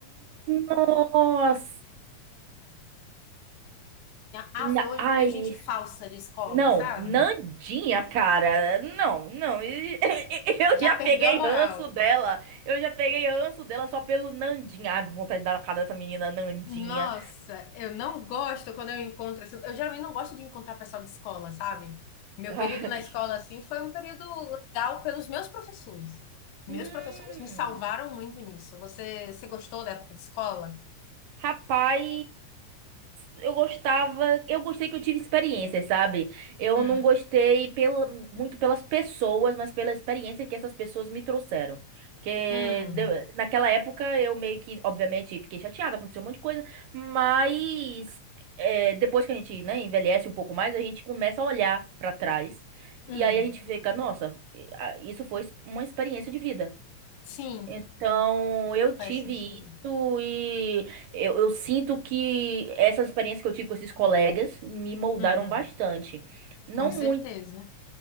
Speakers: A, on the right; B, on the left.
A: Nossa.
B: Ah,
A: Na-
B: eu odeio
A: Ai.
B: gente falsa de escola,
A: Não,
B: sabe?
A: Nandinha, cara. Não, não. <laughs> Eu
B: Já
A: já peguei
B: perdeu a moral.
A: ranço dela. Eu já peguei ranço dela só pelo Nandinha. Ai, vontade de dar na cara dessa menina, Nandinha.
B: Nossa, eu não gosto quando eu encontro. assim, Eu geralmente não gosto de encontrar pessoal de escola, sabe? Meu
A: Ah,
B: período na
A: que...
B: escola, assim, foi um período legal pelos meus professores. Meus
A: Hum.
B: professores me salvaram muito nisso. Você, você gostou da época de escola?
A: Rapaz, eu gostava, eu gostei que eu tive experiências, sabe? Eu
B: Hum,
A: não gostei pela, muito pelas pessoas, mas pela experiência que essas pessoas me trouxeram. Porque
B: hum,
A: deu- naquela época eu meio que, obviamente, fiquei chateada, aconteceu um monte de coisa, mas é, depois que a gente, né, envelhece um pouco mais, a gente começa a olhar pra trás.
B: uhum.
A: E aí a gente fica, nossa, eh, ah, isso foi uma experiência de vida.
B: Sim,
A: Então, eu
B: faz
A: tive
B: sentido.
A: isso e eu, eu sinto que essa experiência que eu tive com esses colegas me moldaram
B: Uhum,
A: bastante. Não
B: com certeza.
A: muito.